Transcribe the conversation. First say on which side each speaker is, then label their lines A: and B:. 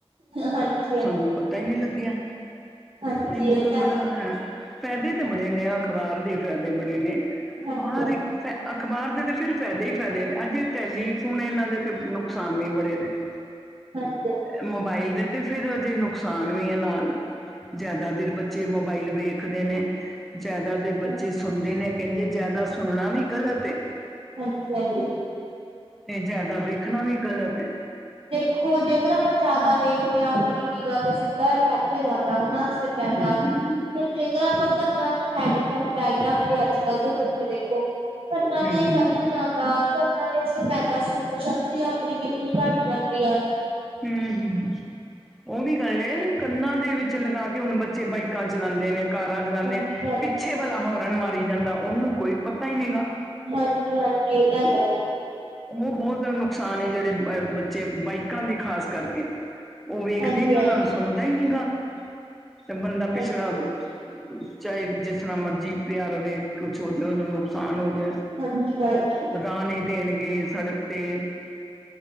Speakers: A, on the right; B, in the centre.
A: ਹਾਂਜੀ। ਹਾਂਜੀ
B: ਸਾਨੂੰ ਪਤਾ ਹੀ ਨਹੀਂ ਲੱਗਿਆ,
A: ਹਾਂਜੀ
B: ਇੰਝ ਦਾ
A: ਇਹ ਤਾਂ
B: ਬੜਾ ਹੈ ਫਾਇਦੇ ਤਾਂ ਬੜੇ ਨੇ, ਅਖ਼ਬਾਰ ਦੇ ਫਾਇਦੇ ਬੜੇ ਨੇ।
A: ਹਾਂਜੀ
B: ਹਰ ਇੱਕ ਅਖ਼ਬਾਰ ਦੇ ਤਾਂ ਫਿਰ ਫ਼ਾਇਦੇ ਹੀ ਫ਼ਾਇਦੇ ਨੇ। ਅਜੇ ਟੈਲੀਫੋਨ ਇਹਨਾਂ ਦੇ ਤੇ ਨੁਕਸਾਨ ਵੀ ਬੜੇ ਨੇ <inaudible>
A: ਹਾਂਜੀ‌।
B: ਮੋਬਾਇਲ ਦੇ ਤੇ ਫਿਰ ਹਜੇ ਨੁਕਸਾਨ ਵੀ ਹੈ, ਨਾਲ ਜ਼ਿਆਦਾ ਦੇਰ ਬੱਚੇ ਮੋਬਾਈਲ ਵੇਖਦੇ ਨੇ ਜਿਆਦਾ ਦੇਰ
A: ਹਾਂਜੀ
B: ਬੱਚੇ ਸੁਣਦੇ ਨੇ, ਕਹਿੰਦੇ ਜਿਆਦਾ ਸੁਣਨਾ ਵੀ ਗ਼ਲਤ ਐ
A: ਹਾਂਜੀ-ਹਾਂਜੀ।
B: ਤੇ ਜ਼ਿਆਦਾ ਵੇਖਣਾ ਵੀ ਗ਼ਲਤ ਹੈ।
A: ਦੇਖੋ ਜੇਕਰ ਆਪਾਂ ਜ਼ਿਆਦਾ ਵੇਖਦੇ ਹਾਂ, ਆਪਣੀ ਨਿਗਾਹ ਤੇ ਸਿੱਧਾ ਇਫੈਕਟ ਜਾਂ ਦਾ ਸਿਰ ਪੈਂਦਾ
B: ਹੂੰ
A: ਫਿਰ ਜੇਕਰ ਆਪਾਂ ਕੰਨਾਂ ਚ ਹੈਡਫੋਨ ਲਾਈ ਰੱਖਦੇ, ਅੱਜ- ਕੱਲ੍ਹ ਦੇ ਬੱਚੇ ਦੇਖੋ ਕੰਨਾਂ
B: ਹੂੰ
A: ਤੇ ਇਫੈਕਟ ਜਾਂਦਾ, ਕੰਨਾਂ ਤੇ ਅਸਰ ਪੈਦਾ, ਸੁਣਨ ਸ਼ਕਤੀ ਆਪਣੀ ਕਿਨੀ ਘੱਟ ਜਾਂਦੀ ਆ।
B: ਹੂੰ ਹੂੰ ਉਹ ਵੀ ਗੱਲ ਏ ਕੰਨਾਂ ਦੇ ਵਿੱਚ ਲਗਾ ਕੇ, ਹੁਣ ਬੱਚੇ ਬਾਈਕਾਂ ਚਲਾਉਂਦੇ ਨੇ ਕਾਰਾਂ ਚਲਾਉਂਦੇ,
A: ਹਾਂਜੀ ਹਾਂਜੀ
B: ਪਿੱਛੇ ਵਾਲਾ ਹੋਰਨ ਮਾਰੀ ਜਾਂਦਾ, ਉਹਨੂੰ ਕੋਈ ਪਤਾ ਹੀ ਨਹੀਂ ਗਾ
A: ਹਾਂਜੀ-ਹਾਂਜੀ। ਇਹ ਤਾਂ ਹੈ
B: ਉਹ ਬਹੁਤ ਜਿਆਦਾ ਨੁਕਸਾਨ ਐ, ਜਿਹੜੇ ਅ ਬੱਚੇ ਬਾਈਕਾਂ ਦੇ ਖ਼ਾਸ ਕਰਕੇ ਉਹ ਵੇਖਦੇ
A: ਹਾਂਜੀ
B: ਨੀ, ਉਹਨਾਂ ਨੂੰ ਸੁਣਦਾ ਹੀ ਨਹੀਂ ਗਾ, ਤੇ ਬੰਦਾ
A: ਹਾਂਜੀ
B: ਪਿਛਲਾ ਚਾਹੇ ਜਿਸ ਤਰ੍ਹਾਂ ਮਰਜੀ ਪਿਆ ਰਵੇ, ਕੁਛ ਹੋ ਜਾਵੇ, ਉਹਨੂੰ ਨੁਕਸਾਨ ਹੋ ਜਾਏ
A: ਹਾਂਜੀ- ਹਾਂਜੀ।
B: ਰਾਹ ਨੀ ਦੇਣਗੇ ਸੜਕ ਤੇ